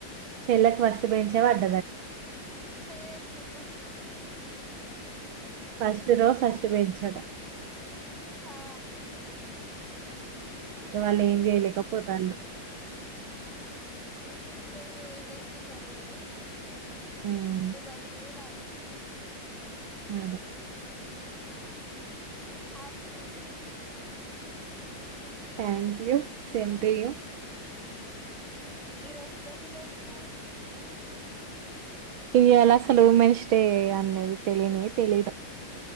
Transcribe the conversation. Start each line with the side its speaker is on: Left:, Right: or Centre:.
Right: చెల్లకి ఫస్ట్ బెంచ్ పడ్డా
Centre: సేమ్ సిద్ధు కూడు
Right: ఫస్ట్ రో ఫస్ట్ బెంచ్ ఆట
Centre: ఆ
Right: ఇగ వాళ్ళు
Centre: అస్సో
Right: ఏం చేయలేకపోతాలు
Centre: ఏం చేస్తారు ఇగా ఏం చేసిన నడవదు ఇగా
Right: ఉమ్,
Centre: ఈగ చదివే రాయాల్సింది ఇంగే
Right: అదే
Centre: ఆ happy women's day
Right: thank you same to you
Centre: ఈరోజు స్పె లేంటి మరె
Right: ఇయ్యాలా అసలు ఉమెన్స్ డే అనేది తెలియనే తెలీదు